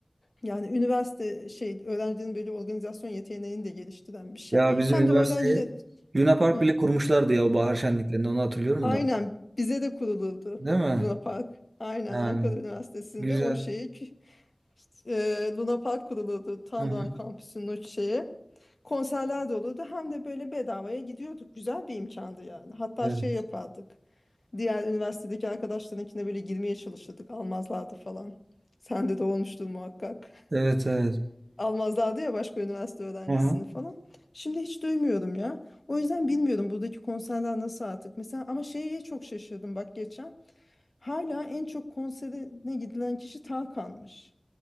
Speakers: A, on the left; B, on the right.
A: Yani üniversite şey öğrencilerin böyle organizasyon yeteneğini de geliştiren bir şey.
B: Ya bizim
A: Hem
B: üniversiteye
A: de öğrenciler
B: Luna Park
A: Hı.
B: bile kurmuşlardı ya o bahar şenliklerini onu hatırlıyorum
A: Aynen
B: da.
A: bize de kurulurdu
B: Değil mi?
A: Luna Park. Aynen
B: Yani
A: Ankara Üniversitesi'nde
B: güzel.
A: o şeyi kü- e, Luna Park kurulurdu. Tandoğan
B: Hı hı.
A: kampüsünün o şeyi. Konserler de olurdu. Hem de böyle bedavaya gidiyorduk. Güzel bir imkandı yani. Hatta
B: Evet.
A: şey yapardık. Diğer üniversitedeki arkadaşlarınkine böyle girmeye çalışırdık. Almazlardı falan. Sende de olmuştur muhakkak. <laughs>
B: Evet evet.
A: Almazlardı ya başka üniversite öğrencisini
B: Hı hı.
A: falan. Şimdi hiç duymuyorum ya. O yüzden bilmiyorum buradaki konserler nasıl artık. Mesela ama şeye çok şaşırdım bak geçen. Hala en çok konserine gidilen kişi Tarkan'mış.